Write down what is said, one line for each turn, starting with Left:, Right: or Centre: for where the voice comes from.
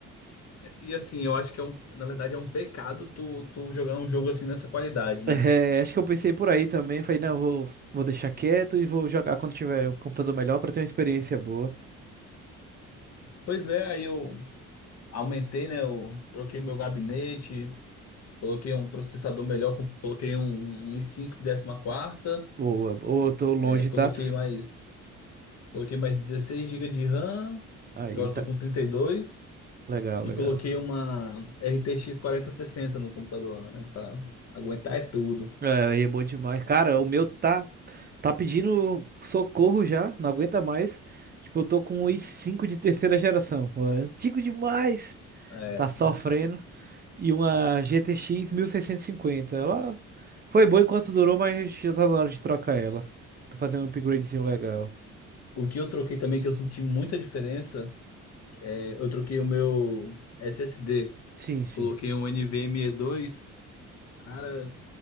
Left: E assim, eu acho que é um, na verdade é um pecado tu, tu jogar um jogo assim nessa qualidade,
Right: É,
Left: né?
Right: acho que eu pensei por aí também. Falei, não, vou, vou deixar quieto e vou jogar quando tiver um computador melhor pra ter uma experiência boa.
Left: Pois é, aí eu aumentei, né? Eu troquei meu gabinete, coloquei um processador melhor, com- coloquei um, um i5 de 14ª,
Right: Boa, boa, tô longe,
Left: é, coloquei
Right: tá?
Left: mais, coloquei mais 16 GB de RAM,
Right: Aí,
Left: que agora
Right: tá.
Left: eu tô com trinta e dois,
Right: Legal,
Left: e
Right: legal.
Left: coloquei uma RTX sessenta no computador, né? Pra aguentar é tudo.
Right: É, é bom demais. Cara, o meu tá, tá pedindo socorro já, não aguenta mais. Tipo, eu tô com um i5 de terceira geração. pô, é antigo demais.
Left: É.
Right: Tá sofrendo. E uma GTX cinquenta, Ela foi boa enquanto durou, mas já tá na hora de trocar ela. Pra fazer um upgradezinho legal.
Left: O que eu troquei também, que eu senti muita diferença, é, eu troquei o meu SSD.
Right: Sim, sim.
Left: Coloquei um NVMe dois. Cara,